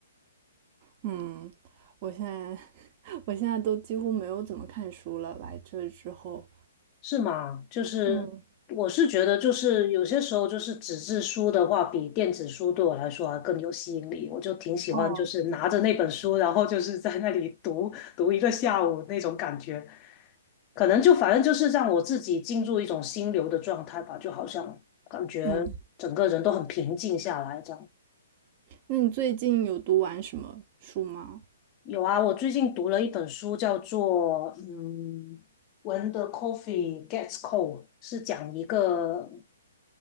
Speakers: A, on the right; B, on the left.
A: 嗯，我现在 <laughs> 我现在都几乎没有怎么看书了，来这之后。
B: 是吗？就是我是觉得，
A: 嗯，
B: 就是有些时候，就是纸质书的话，比电子书对我来说还更有吸引力。我就挺喜欢，
A: 哦，
B: 就是拿着那本书，然后就是在那里读读一个下午那种感觉。可能就反正就是让我自己进入一种心流的状态吧，就好像感觉整个人都很平静下来这样。
A: 嗯，那你最近有读完什么书吗？
B: 有啊，我最近读了一本书，叫做嗯。When the coffee gets cold 是讲一个